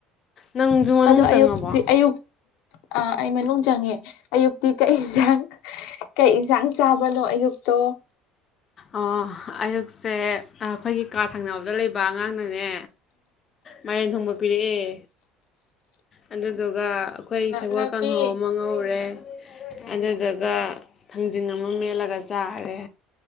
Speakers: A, on the left; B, on the left.
A: ꯅꯪꯁꯨ ꯃꯅꯨꯡ
B: ꯑꯗꯣ
A: ꯆꯪꯉꯕꯣ
B: ꯑꯌꯨꯛꯇꯛꯇꯤ ꯑꯌꯨꯛ ꯑꯥ ꯑꯩ ꯃꯅꯨꯡ ꯆꯪꯉꯦ ꯑꯌꯨꯛꯇꯤ ꯀꯩ ꯏꯟꯁꯥꯡ ꯀꯩ ꯌꯦꯟꯁꯥꯡ ꯆꯥꯕꯅꯣ ꯑꯌꯨꯛꯇꯣ <unintelligible>
A: ꯑꯣ ꯑꯌꯨꯛꯁꯦ ꯑꯩꯈꯣꯏꯒꯤ ꯀꯥꯔ ꯊꯪꯅꯕꯗ ꯂꯩꯕ ꯑꯉꯥꯡꯅꯅꯦ ꯃꯔꯦꯟ ꯊꯣꯡꯕ ꯄꯤꯔꯛꯑꯦ ꯑꯗꯨꯗꯨꯒ ꯑꯩꯈꯣꯏ
B: ꯅꯛꯅꯕꯤ
A: ꯁꯦꯒꯣꯜ ꯀꯥꯡꯍꯧ ꯑꯃ ꯉꯧꯔꯦ ꯑꯗꯨꯗꯨꯒ ꯊꯥꯡꯖꯤꯡ ꯑꯃ ꯃꯦꯠꯂꯒ ꯆꯥꯔꯦ